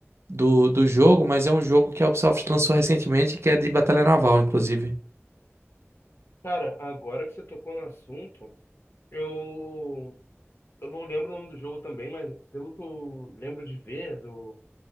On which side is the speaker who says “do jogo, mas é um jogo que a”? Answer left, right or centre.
Right